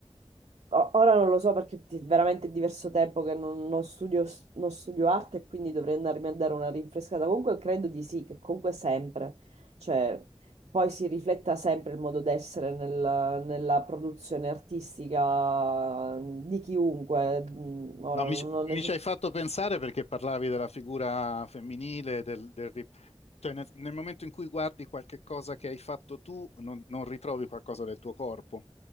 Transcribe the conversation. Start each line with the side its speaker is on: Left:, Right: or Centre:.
Right: o- ora non lo so perché ti- veramente è diverso tempo che non, non studio, s- non studio arte e quindi dovrei andarmi a dare una rinfrescata. Comunque credo di sì, che comunque sempre, cioè poi si rifletta sempre il modo d'essere nel- nella produzione artistica di chiunque, Mm, ora
Left: No, mi,
Right: non
Left: ci mi
Right: necessariamente
Left: ci hai fatto pensare perché parlavi della figura femminile, del, del ri- cioè nel, nel momento in cui guardi qualche cosa che hai fatto tu, non, non ritrovi qualcosa del tuo corpo,